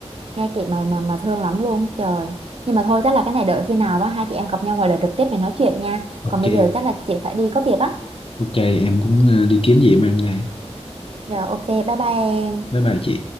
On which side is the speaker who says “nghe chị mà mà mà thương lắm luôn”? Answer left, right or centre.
Right